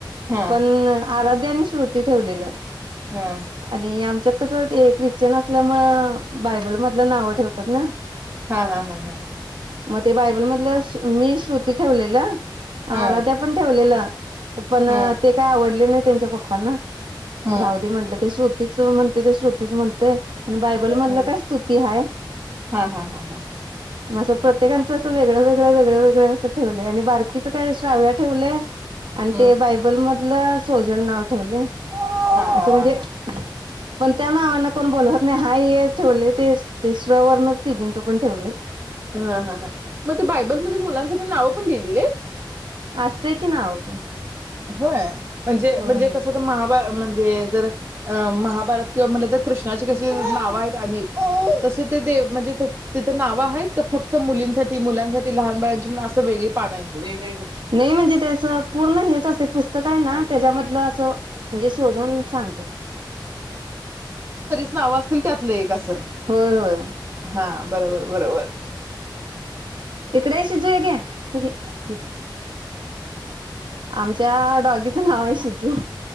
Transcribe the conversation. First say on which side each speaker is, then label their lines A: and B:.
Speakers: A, on the right; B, on the right.
A: हा
B: पण आरा तेनी श्रुती ठेवलेलं
A: हा
B: आणि आमच्या कस ते ख्रिश्चन असल्यामुळ बायबल मधलं नाव ठेवतात ना
A: हा हा हा हा
B: मग ते बायबल मधलं मी श्रुती ठेवलेलं
A: हा
B: आराध्या पण ठेवलेलं पण
A: हा
B: ते काय आवडले नाही त्यांच्या पप्पांना
A: हा
B: मग राहू दे म्हटलं ते श्रु तिचं म्हणते ते श्रुतीच म्हण आणि बायबल मधलं
A: हा
B: काय स्तुती हाय
A: हा हा हा हा
B: मग अस प्रत्येकाच असं वेगळं वेगळं वेगळं वेगळं असं ठेवलंय आणि बारकीचं काय श्राव्या ठेवलंय आणि
A: हम्म
B: ते बायबल म सोजल नाव ठेवलंय
A: हा हा हा
B: असं म्हणजे
A: हा
B: पण त्या नावान कोण बोलवत नाही हाय हेच ठेवले ते श्र वर्णच तिघींच पण ठेवलंय.
A: हा हा हा हा मग ते बायबल मध्ये मुलांनसाठी नाव पण लिहिलेलीत
B: आसतय कि नांव पण
A: व्हय म्हणजे
B: होय
A: म्हणजे
B: होय
A: कसं तर महाभा म्हणजे जर महाभारत किंवा म्हटलं तर कृष्णाची कशी नावं आहेत अनेक तस म्हणजे तिथं नावं आहेत का फक्त मुलींसाठी मुलांसाठी लहान बाळांची म्हणून असं वेगळी पान आहेत.
B: नाही म्हणजे ते असं पूर्ण हे तसचं असतय पुस्तक हाय ना तेच्यामधलं असं म्हणजे शोधून सांगतात.
A: बरीचं नाव असतील त्यातल एक असं
B: होय होय
A: हा बरं बरं बरोबर
B: इकडे ये शिजु हे घे आमच्या डॉगीच नाव आहे शिजु.